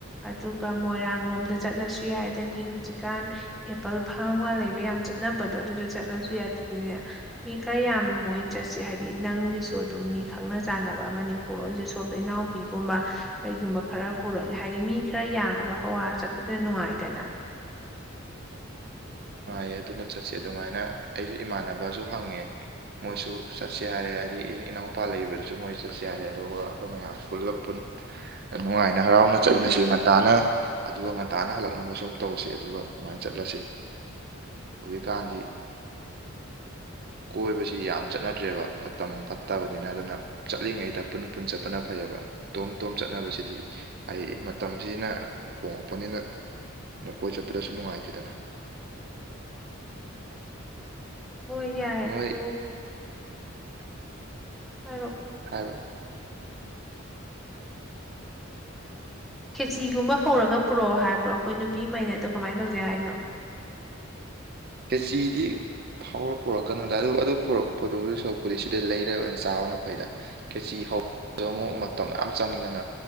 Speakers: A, in the centre; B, on the right.
A: ꯑꯗꯨ ꯑꯗꯨꯒ ꯃꯣꯏꯔꯥꯡ ꯂꯣꯝꯗ ꯆꯠꯂꯁꯨ ꯌꯥꯏꯗꯒꯤ ꯍꯧꯖꯤꯛꯀꯥꯟ ꯑꯦꯄꯜ ꯐꯥꯝꯒ ꯂꯩꯕ ꯌꯥꯝꯅ ꯆꯠꯅꯕꯗꯣ ꯑꯗꯨꯗ ꯆꯠꯂꯁꯨ ꯌꯥꯗ꯭ꯔꯅꯤꯅꯦ ꯃꯤ ꯈꯔ ꯌꯥꯝ ꯃꯣꯏꯅ ꯆꯠꯁꯤ ꯍꯥꯏꯗꯤ ꯅꯪꯒꯤꯁꯨ ꯑꯗꯨꯝ ꯃꯤ ꯈꯪꯅ ꯆꯥꯟꯅꯕ ꯑꯃꯅꯤ ꯄꯨꯔꯛꯑꯣꯏꯁꯨ ꯁꯣꯝꯗ ꯏꯅꯥꯎꯄꯤꯒꯨꯝꯕ ꯀꯩꯒꯨꯝꯕ ꯈꯔ ꯄꯨꯔꯛꯑꯒꯦ ꯍꯥꯏꯗꯤ ꯃꯤ ꯈꯔ ꯈꯔ ꯌꯥꯝꯃꯒ ꯍꯋꯥ ꯆꯠꯄꯗ ꯅꯨꯡꯉꯥꯏꯗꯅ
B: ꯅꯨꯡꯉꯥꯏꯌꯦ ꯑꯗꯨꯅ ꯆꯠꯁ ꯑꯗꯨꯃꯥꯏꯅ ꯑꯩꯁꯨ ꯏꯃꯥꯟꯅꯕꯁꯨ ꯍꯪꯉꯦ ꯃꯣꯏꯁꯨ ꯆꯠꯁꯦ ꯌꯥꯔꯦ ꯍꯥꯏꯗꯤ ꯏꯅꯥꯎꯄꯥ ꯂꯩꯕꯗꯨꯁꯨ ꯃꯣꯏ ꯆꯠꯁꯦ ꯌꯥꯔꯦ ꯑꯗꯨꯒ ꯑꯩꯈꯣꯏ ꯃꯌꯥꯝ ꯄꯨꯂꯞ ꯅꯨꯡꯉꯥꯏꯅ ꯍꯔꯥꯎꯅ ꯆꯠꯃꯤꯁꯤ ꯉꯟꯇꯥꯅ ꯑꯗꯨꯒ ꯉꯟꯇꯥꯅ ꯍꯜꯂꯛꯅꯕ ꯁꯨꯝ ꯇꯧꯁꯤ ꯑꯗꯨꯒꯃꯥꯏꯅ ꯆꯠꯂꯁꯤ ꯍꯧꯖꯤꯛꯀꯥꯟꯗꯤ ꯀꯣꯏꯕꯁꯤ ꯌꯥꯝ ꯆꯠꯅꯗ꯭ꯔꯦꯕ ꯃꯇꯝ ꯐꯠꯇꯕꯅꯤꯅ ꯑꯗꯨꯅ ꯆꯠꯂꯤꯉꯩꯗ ꯄꯨꯟ ꯄꯨꯟ ꯆꯠꯄꯅ ꯐꯩꯌꯦꯕ ꯇꯣꯝ ꯇꯣꯝ ꯆꯠꯅꯕꯁꯤꯗꯤ ꯑꯩ ꯃꯇꯝꯁꯤꯅ ꯍꯣꯡꯂꯛꯄꯅꯤꯅ ꯅ ꯀꯣꯏ ꯆꯠꯄꯗꯁꯨ ꯅꯨꯡꯉꯥꯏꯇꯦꯗꯅ
A: ꯍꯣꯏ ꯌꯥꯏ
B: ꯅꯣꯏ
A: ꯇ ꯍꯥꯏꯔꯣ
B: ꯍꯥꯏꯔꯣ
A: ꯈꯦꯆꯤꯒꯨꯝꯕ ꯍꯧꯔꯒ ꯄꯨꯔꯛꯑꯣ ꯍꯥꯏꯕ꯭ꯔꯣ ꯑꯩꯈꯣꯏ ꯅꯨꯄꯤꯉꯩꯅ ꯑꯗꯨꯣ ꯀꯃꯥꯏꯅ ꯇꯧꯁꯦ ꯍꯥꯏꯅꯣ
B: ꯐꯁꯤꯗꯤ ꯐꯥꯎꯔ ꯄꯨꯔꯛꯀꯅꯨꯗ ꯑꯗꯨ ꯑꯗꯨꯔꯛꯄ ꯁꯔꯛꯄꯨꯗꯤ ꯁꯤꯗꯩ ꯂꯩꯔ ꯑꯣꯏꯅ ꯆꯥꯕꯅ ꯐꯩꯗ ꯈꯦꯆꯤ ꯍꯧ ꯑ ꯑꯃꯨꯛ ꯃꯇꯝ ꯌꯥꯝ ꯆꯪꯉꯤꯗꯅ